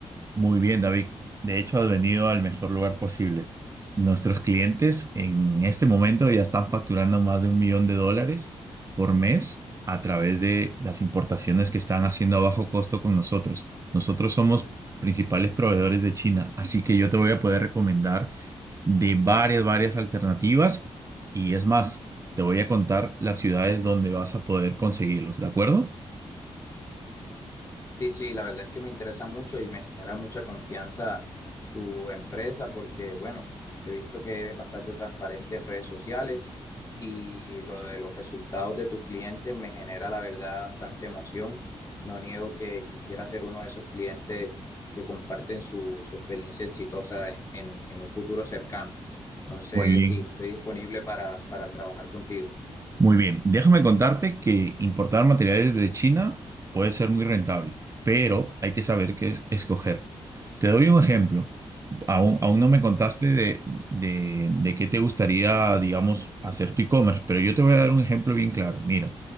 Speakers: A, on the right; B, on the left.
A: Muy bien, David. De hecho, has venido al mejor lugar posible. Nuestros clientes en este momento ya están facturando más de un millón de dólares por mes a través de las importaciones que están haciendo a bajo costo con nosotros. Nosotros somos principales proveedores de China, así que yo te voy a poder recomendar de varias, varias alternativas y es más, te voy a contar las ciudades donde vas a poder conseguirlos, ¿de acuerdo?
B: Sí, sí, la verdad es que me interesa mucho y me genera mucha confianza tu empresa porque, bueno, he visto que eres bastante transparente en redes sociales y lo de los resultados de tus clientes me genera, la verdad, bastante emoción. No niego que quisiera ser uno de esos clientes que comparten su, su experiencia exitosa en, en un futuro cercano. Entonces,
A: Muy bien.
B: sí, estoy disponible para, para trabajar contigo.
A: Muy bien, déjame contarte que importar materiales de China puede ser muy rentable, pero hay que saber qué es- escoger. Te doy un ejemplo. Aún, aún no me contaste
B: Mm,
A: de, de, de qué te gustaría, digamos, hacer tu e-commerce, pero yo te voy a dar un ejemplo bien claro. Mira,